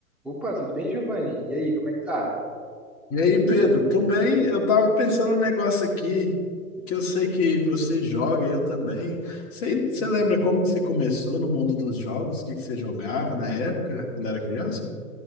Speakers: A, in the centre; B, on the left.
A: Opa, tudo bem, Giovanni? E aí, como é que tá?
B: E aí, Pedro, tudo bem? Eu tava pensando um negócio aqui, que eu sei que você joga e eu também. Você, você
A: Uhum.
B: lembra como que você começou no mundo dos jogos? O que que você jogava na época, quando era criança?